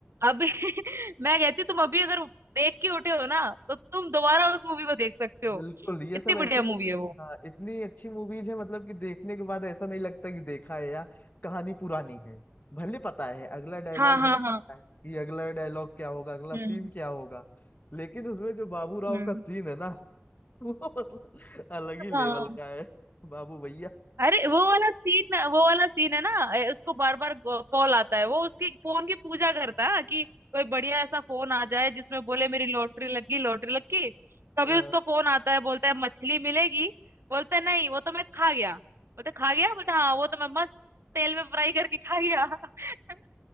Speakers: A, on the right; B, on the left.
A: अभी <laughs> मैं कहती हूँ, तुम अभी अगर देख के उठे हो ना तो तुम दोबारा उस मूवी को देख सकते हो
B: बिल्कुल ये
A: इतनी
B: सब
A: बढ़िया
B: ऐसी मूवी
A: मूवी है वो
B: हाँ इतनी अच्छी मूवीज है मतलब कि देखने के बाद ऐसा नहीं लगता कि देखा है या कहानी पुरानी है भले पता है अगला डायलॉग
A: हाँ हाँ
B: हमें पता
A: हाँ
B: है कि अगला डायलॉग क्या होगा अगला
A: हम्म
B: सीन क्या होगा लेकिन उसमें जो बाबू राव
A: हम्म
B: का सीन है ना <laughs> वो मतलब अलग ही लेवल
A: हाँ
B: का है बाबू भैया
A: अरे वो वाला सीन वो वाला सीन है ना ए, उसको बार बार कॉल आता है वो उसकी फोन की पूजा करता है कि कोई बढ़िया ऐसा फोन आ जाए जिसमें बोले मेरी लॉटरी लग गई लॉटरी लग गई कभी
B: अ,
A: उसको फोन आता है बोलता है मछली मिलेगी बोलता है नहीं वो तो मैं खा गया बोलता है, खा गया बोलता है, हाँ वो तो मैं मस्त तेल में फ्राई करके खा गया <laughs>